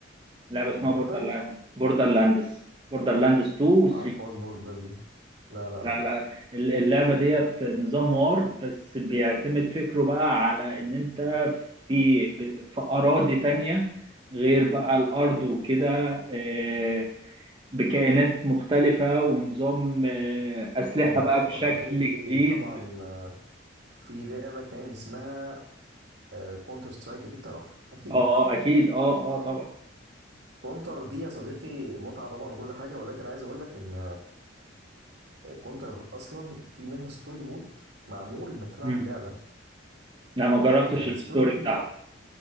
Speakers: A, on the right; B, on the right.
A: لعبه اسمها
B: بوردل
A: بوردر لاند بوردر لاندس بوردر لاندس 2 و 3
B: عارفاش بوردل دي لا لا
A: لا
B: لا
A: لا
B: لا
A: ال- اللعبه ديت نظام وار بس بيعتمد فكره بقى على ان انت في ب- في اراضي تانية غير بقى الارض وكده آه، بكائنات مختلفه ونظام آه، اسلحه
B: انت
A: بقى
B: عارف
A: بشكل
B: فكرتني بايه
A: جديد
B: طبعا في لعبه كان اسمها كونتر سترايك اكيد تعرفها اكيد
A: اه اكيد اه اه طبعا
B: كونتر دي يا صديقي متعه طبعا وكل حاجه ولكن عايز اقول لك ان كونتر اصلا في منها ستوري مود معمول انك تلعب
A: مم.
B: اللعبه
A: لا ما جربتش
B: الستوري
A: الستوري
B: مود
A: بتاعها
B: بتاعها